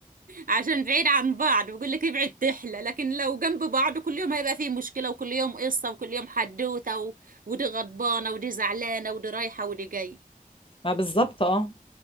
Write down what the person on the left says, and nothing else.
ما بالظبط اه